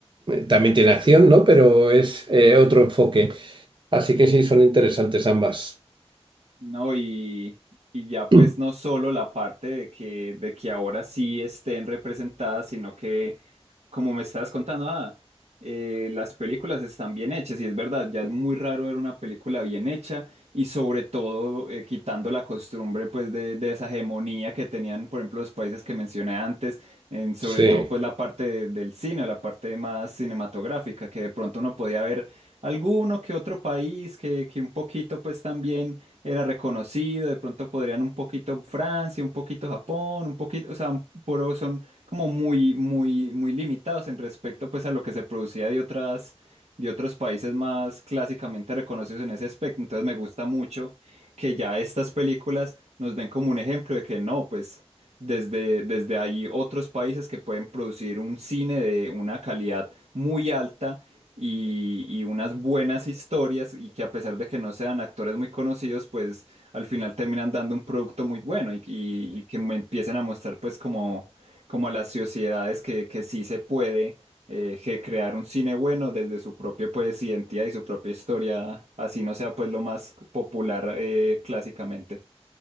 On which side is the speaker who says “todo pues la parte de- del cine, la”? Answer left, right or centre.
Right